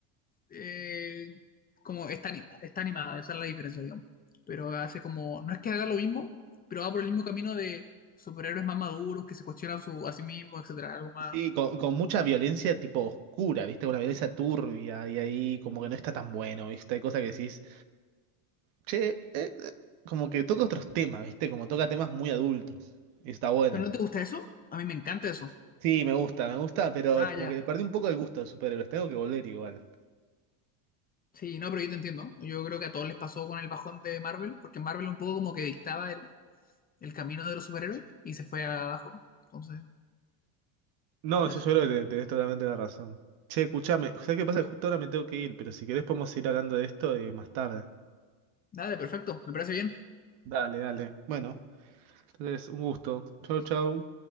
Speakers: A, on the left; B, on the right.
A: eh, como está, anim- está animada, esa es la diferencia, digamos. Pero hace como, no es que haga lo mismo, pero va por el mismo camino de superhéroes más maduros, que se cuestionan su, a sí mismos, etcétera, algo más.
B: Sí, con, con mucha violencia tipo oscura, ¿viste? con Una violencia turbia y ahí como que no está tan bueno, ¿viste? Hay cosas que decís, che, eh, eh", como que toca otros temas, ¿viste? Como toca temas muy adultos. Y está bueno.
A: ¿Pero no te gusta eso? A mí me encanta eso.
B: Sí, me gusta, me gusta, pero
A: Ah,
B: es como
A: ya.
B: que le perdí un poco el gusto de superhéroes. Tengo que volver igual.
A: Sí, no, pero yo te entiendo. Yo creo que a todos les pasó con el bajón de Marvel, porque Marvel un poco como que dictaba el, el camino de los superhéroes y se fue abajo. Entonces,
B: No,
A: eso.
B: yo, yo creo que te- tenés totalmente la razón. Che, escuchame, ¿sabés qué pasa? Justo ahora me tengo que ir, pero si querés podemos ir hablando de esto eh, más tarde.
A: Dale, perfecto, me parece bien.
B: Dale, dale. Bueno, entonces un gusto. Chau, chau.